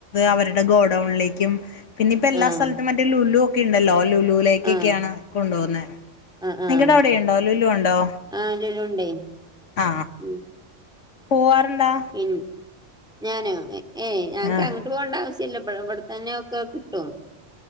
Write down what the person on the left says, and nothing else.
അവരുടെ ഗോഡൗണിലേക്കും പിന്നെപ്പോ എല്ലാ
സ്ഥലത്തും മറ്റേ ലുലു <unintelligible> ഉണ്ടല്ലോ ലുലുലേക്കൊക്കെയാണ്
കൊണ്ടു പോോകുന്നത്െ
നിങ്ങളടെ അവിടെുണ്ടോ ലുലു ഉണ്ടോ
ആ
പോവാറുണ്ടാ
ആഹ്